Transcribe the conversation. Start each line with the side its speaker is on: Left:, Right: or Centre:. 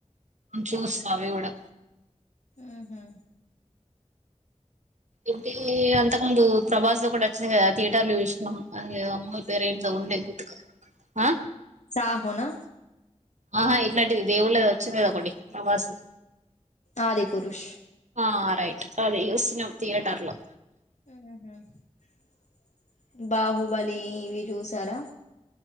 Right: చూస్తా అవి కూడా
Left: ఆహా
Right: ఇతే అంతకు ముందు ప్రభాస్ లో ఒకటి వచ్చిందియి కదా థియేటర్లు చూసాం అమ్మ పేరు ఏంటో ఉంది గుర్తుకు ఆ
Left: సాహో నా
Right: ఆహా ఇట్లాంటిది దేవుళ్ళ వచ్చింది కద ఒక్కటి ప్రభాస్ ది
Left: ఆది పురుష
Right: ఆ రైట్ అదే చూసిన తియేటర్లో
Left: ఉ హ్మ్ హ్మ్ బాహుబలి ఇవి చూసారా